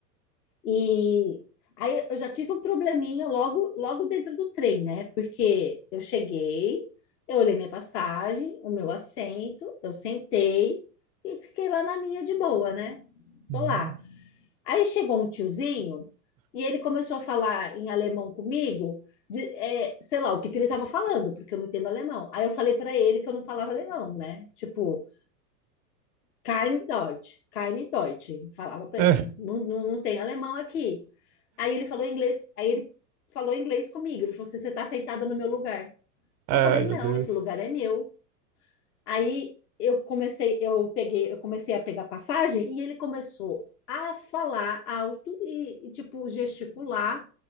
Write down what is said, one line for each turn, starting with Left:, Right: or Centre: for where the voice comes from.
Left: E aí eu já tive um probleminha logo, logo dentro do trem, né? Porque eu cheguei, eu olhei minha passagem, o meu assento, eu sentei e fiquei lá na minha de boa, né? Tô
Right: Uhum.
Left: lá. Aí chegou um tiozinho e ele começou a falar em alemão comigo, de, é, sei lá o que que ele estava falando, porque eu não entendo alemão. Aí eu falei para ele que eu não falava alemão, né? Tipo. Keine Deutsch, keine Deutsch. Falava para
Right: É.
Left: ele, não, não, não tem alemão aqui. Aí ele falou inglês, aí ele falou inglês comigo. Ele falou assim, você está sentada no meu lugar.
Right: Ai,
Left: Eu falei, não,
Right: meu Deus.
Left: esse lugar é meu. Aí eu comecei, eu peguei, eu comecei a pegar passagem e ele começou a falar alto e, e, tipo gesticular